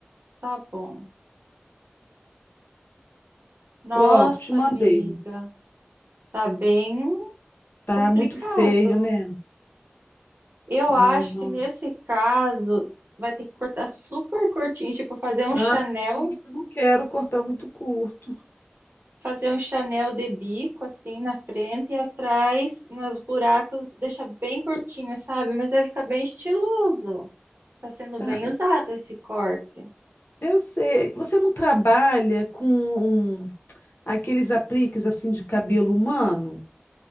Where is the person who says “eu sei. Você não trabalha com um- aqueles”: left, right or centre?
Left